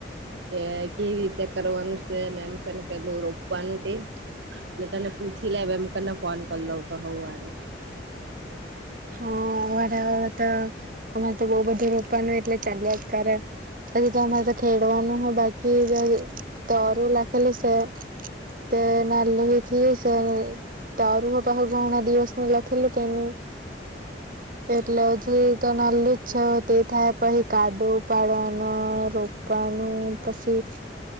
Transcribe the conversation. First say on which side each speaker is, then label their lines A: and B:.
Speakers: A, on the right; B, on the right.
A: કે કેવી રીતે કરવાનું છે ને એમ કરીને પેલું રોપવાનું તે એટલે તને પૂછી લે <unintelligible> ફોન કરી લઉં તો હઉ હારે
B: હા હવાર હવાર માં તો અમારે તો બહું બધું રોપનું હોય એટલે ચાલ્યા જ કરે. હજી તો અમારે તો ખેડવાનું હો બાકી જે તારું લખેલુ સે. તે ના લી થ છે ત અર હો પાખ ઘ હણા દિવસ ન લખેલે તેને એટલે હજુ તો નલલું જ છે તે થાય પછી કાદુ ઉપાડવાનો રો પણનું પછી